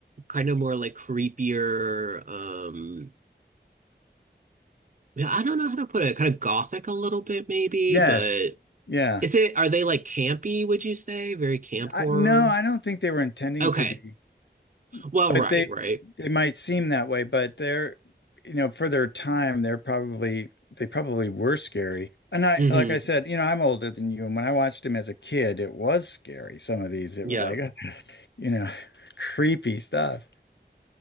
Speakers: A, on the right; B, on the left.
A: Kind of more like creepier. Um. Yeah. I don't know how to put it. Kind of gothic a little bit, maybe.
B: Yes,
A: But
B: yeah.
A: is it? Are they like campy? Would you say very camp
B: I,
A: horror?
B: no, I don't think they were intending
A: Okay.
B: to be.
A: Well,
B: But
A: right.
B: they
A: Right.
B: it might seem that way, but they're you know, for their time, they're probably they probably were scary. And I
A: hmm
B: like I said, you know, I'm older than you, and when I watched them as a kid, it was scary. Some of these, it
A: Yeah.
B: was like, <laughs> you know, <laughs> creepy stuff.